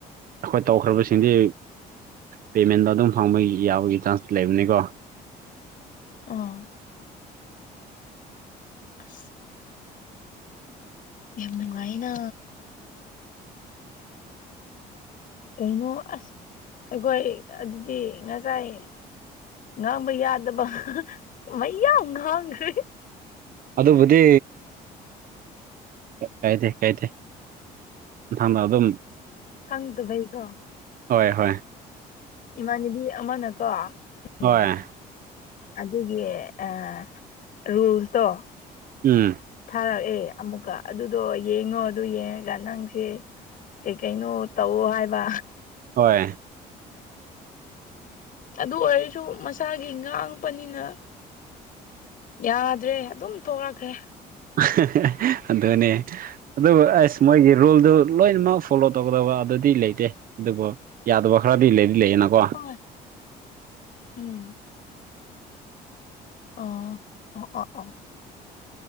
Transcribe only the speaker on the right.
ꯑꯩꯈꯣꯏ ꯇꯧꯈ꯭ꯔꯕꯁꯤꯡꯗꯤ ꯄꯦꯃꯦꯟꯗꯣ ꯑꯗꯨꯝ ꯐꯪꯕ ꯌꯥꯕꯒꯤ ꯆꯥꯟꯁ ꯂꯩꯕꯅꯤꯀꯣ
ꯑꯗꯨꯕꯨꯗꯤ ꯀꯥꯏꯗꯦ ꯀꯥꯏꯗꯦ ꯊꯃ ꯑꯗꯨꯝ
ꯍꯣꯏ ꯍꯣꯏ
ꯍꯣꯏ
ꯎꯝ
ꯍꯣꯏ
<unintelligible> ꯑꯗꯨꯅꯦ ꯑꯗꯨꯕꯨ ꯑꯁ ꯃꯣꯏꯒꯤ ꯔꯨꯜꯗꯨ ꯂꯣꯏꯅꯃꯛ ꯐꯣꯂꯣꯠ ꯇꯧꯒꯗꯕꯗꯗꯤ ꯂꯩꯇꯦ ꯑꯗꯨꯕꯨ ꯌꯥꯗꯕ ꯈꯔꯗꯤ ꯂꯩꯗꯤ ꯂꯩꯌꯦꯅꯀꯣ